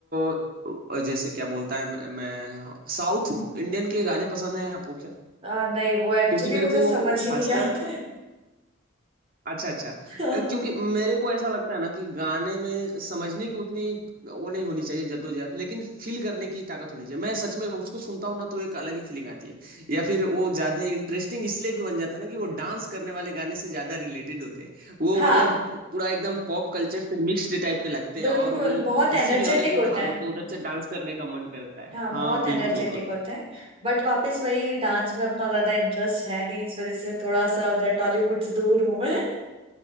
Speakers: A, on the right (about 45°); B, on the right (about 30°).
A: अ, जैसे क्या बोलता है मैं, मैं साउथ इंडियन के गाने पसंद हैं आपको क्या
B: आ, नहीं वो एक्चुअली
A: क्योंकि मेरे
B: मुझे
A: को
B: समझ ही
A: खासकर
B: नहीं आते
A: अच्छा अच्छा
B: <laughs>
A: अ, क्योंकि मेरे को ऐसा लगता है ना कि गाने में समझने की उतनी वो नहीं होनी चाहिए जद्दोजहद लेकिन फील करने की ताकत होनी चाहिए मैं सच में उसको सुनता हूँ ना तो एक अलग ही फीलिंग आती है या फिर वो ज्यादा इंटरेस्टिंग इसलिए भी बन जाता है ना कि वो डांस करने वाले गाने से ज्यादा रिलेटेड होते हैं वो
B: हाँ
A: मतलब पूरा एकदम पॉप कल्चर से मिक्स्ड टाइप के लगते
B: बिल्कुल
A: हैं और वो
B: बहुत
A: किसी
B: एनर्जेटिक
A: भी गाने को
B: होते
A: उठा लो
B: हैं
A: तो उधर से डांस करने का मन करता है
B: हाँ
A: हाँ
B: बहुत
A: बिल्कुल
B: एनर्जेटिक
A: बिल्कुल
B: होते हैं बट वापस वही डांस में अपना ज्यादा इंटरेस्ट है नहीं इस वजह से थोड़ा सा उधर टॉलीवुड से दूर हूं मैं